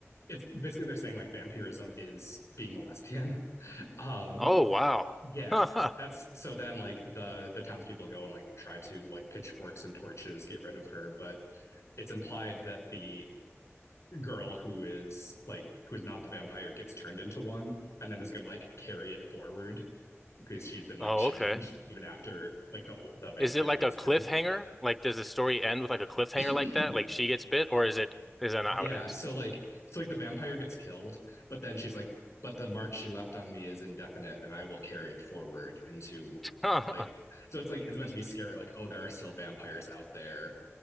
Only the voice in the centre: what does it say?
Oh wow.
<laughs>
Oh,
okay.
Is it like
a cliffhanger?
Like, does the story end with like a cliffhanger
like that? Like she gets bit, or is it is that
not how it ends?
<laughs>
Huh.